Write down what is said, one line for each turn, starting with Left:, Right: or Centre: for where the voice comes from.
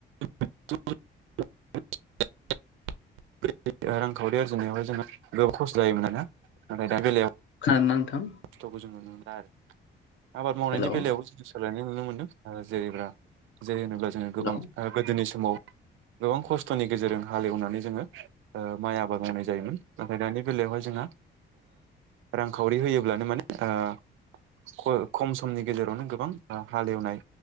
Right: <unintelligible> <unintelligible> रांखावरि आरजिनायावहाय जोंङो गोबां खस्थ' जायोमोन आरोना नाथाय दा बेलायाव
Left: आरो नोंथां
Right: खस्थ'खौ जोङो नुनो मोनला आरो आबाद मावनायनि
Left: हेलौ
Right: बेलायावबो जों सोलायनाय नुनो मोनदों ओ जेरैब्ला जेरै होनोब्ला जोङो
Left: हेलौ
Right: गोबां ओ गोदोनि समाव गोबां खस्थ'नि गेजेरजों हालएवनानै जोङो ओ माइ आबाद मावनाय जायोमोन नाथाय दानि बेलायावहाय जोंहा ओ रांखावरि होयोब्लानो माने ओ ख खम समनि गेजेरावनो गोबां हालएवनाय